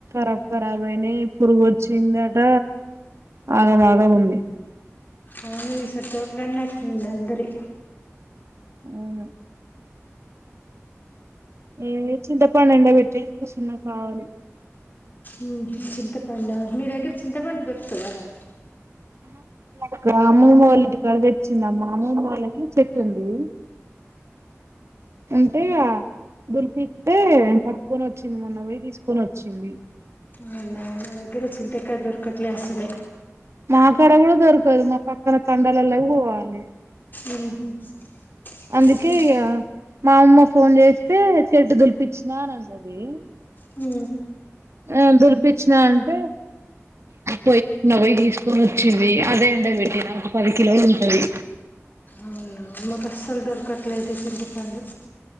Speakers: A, on the right; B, on the left.
A: రాబ్ ఖరాబ్ అయినాయి పురుగు వచ్చిందట ఆగ బాగా ఉంది
B: అవును ఈసరి తోట్లన్న అట్లే ఉన్నయ్ అందరి
A: అవును ఏ చింతపండు ఎండ పెట్టి కూర్చున్నా కావాలి
B: ఉమ్ హామ్ చింతపండా మీద్దగర చింతపండు దొరుకుతదా రా
A: క్క అమ్మమ్మ వాళ్ళ కడపిచ్చింది అమ్మ అమ్మమ వాళ్ళకి చెట్టు ఉంది అంటే దులిపిస్తతే పట్టుకొని వచ్చింది మొన్న పోయి తీసుకొని వచ్చింది
B: అవునా మా దగ్గర చింతకాయా దొరకట్లే అసలే
A: నా కాడా కూడా దొరకదు మా పక్కన కండలలా పోవాలి
B: ఉమ్ హ్మ్మ్
A: అందుకే ఇగ మా అమ్మ ఫోన్ చేస్తే చెట్టు దులిపిచ్చినా అని అన్నది
B: ఉ
A: ఆ దులిపచ్చినా అంటే పొయ్యిన్న పొయ్యి తీసుకొని వచ్చింది అదే అంట పెట్టినా ఒక పది కిలోలు ఉంటది
B: అవునా మాకు అస్సలు దొరకట్లేదు చింతపండు